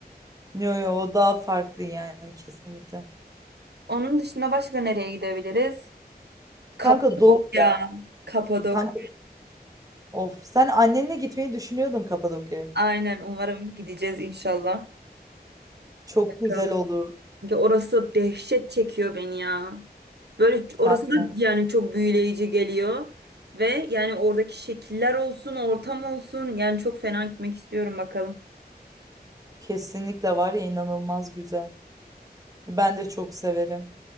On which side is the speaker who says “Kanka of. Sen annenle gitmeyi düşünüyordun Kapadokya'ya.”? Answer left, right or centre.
Right